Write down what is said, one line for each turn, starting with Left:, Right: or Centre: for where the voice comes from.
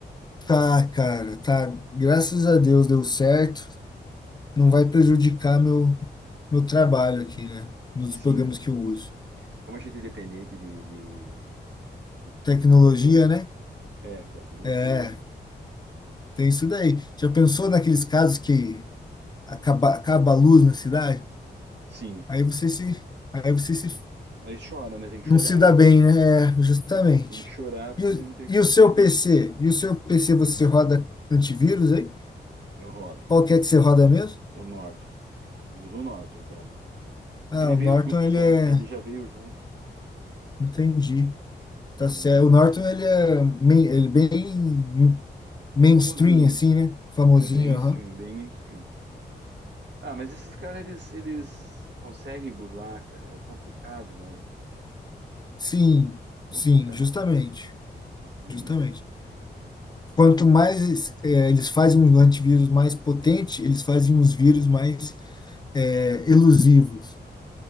Left: tá, cara, tá. Graças a Deus deu certo. Não vai
Right: Uhum.
Left: prejudicar meu, meu trabalho aqui, né? Nos
Right: Sim,
Left: programas que eu uso.
Right: Como a gente é dependente de, de, de, de-
Left: Tecnologia,
Right: de computador,
Left: né?
Right: é, cara, a gente,
Left: É, tem isso daí. Já pensou naqueles casos que acaba, acaba a luz na cidade?
Right: sim,
Left: Aí você se, aí você se,
Right: aí chora, né? Tem que
Left: não
Right: chorar,
Left: se dá
Right: né?
Left: bem, né? É, justamente.
Right: Tem que chorar porque
Left: E, o-
Right: ele não tem o
Left: e
Right: que fazer,
Left: o seu
Right: né?
Left: PC? E o seu PC você roda antivírus aí?
Right: Eu rodo.
Left: Qual que é que você roda mesmo?
Right: O Norton. Uso o Norton, cara.
Left: Ah,
Right: Ele
Left: o
Right: veio
Left: Norton
Right: junto
Left: ele
Right: já,
Left: é,
Right: ele já veio junto.
Left: entendi.
Right: Então
Left: Tá certo.
Right: ele é
Left: O Norton ele é, main- ele é bem
Right: bem
Left: mainstream
Right: famosinho,
Left: assim, né? Famosinho,
Right: é bem mainstream,
Left: aham.
Right: bem mainstream. Ah, mas esses caras eles eles conseguem burlar, cara. É complicado, né?
Left: Sim,
Right: Complicado.
Left: sim, justamente,
Right: cara. Tem que
Left: justamente. Quanto mais
Right: é,
Left: eh, eles fazem um antivírus mais potente, eles fazem uns vírus mais eh, elusivos.